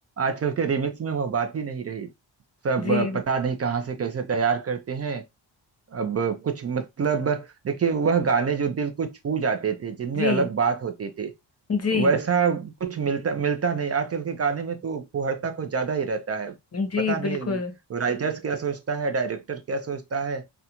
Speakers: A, on the right; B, on the left.
A: आजकल के रिमिक्स में वो बात ही नहीं रही सब
B: जी
A: पता नहीं कहाँ से कैसे तैयार करते हैं अब कुछ मतलब देखिए वह गाने जो दिल को छू जाते थे जिनमें
B: जी
A: अलग बात होती थी
B: जी
A: वैसा कुछ मिलता मिलता नहीं आजकल के गाने में तो फुहड़ता कुछ ज्यादा ही रहता है
B: जी
A: पता नहीं
B: बिल्कुल
A: राइटर्स क्या सोचता है डायरेक्टर क्या सोचता है